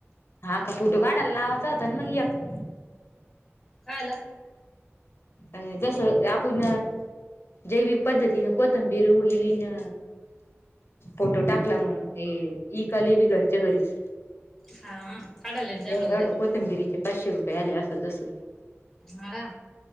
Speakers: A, on the left (about 60°); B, in the centre.
A: हा का फोटो काढाल लावाचां मग एक
B: कायला
A: अ जसं आपण जैविक पद्धतीने कोथंबीर उगली न फोटो टाकला म्हणून हे ईकले बी घरच्या घरीच
B: हा
A: एवढ
B: काढायला त्यांना उद्या
A: एवढ कोथंबिरीचे पाचशे रुपये आले असं तस
B: हा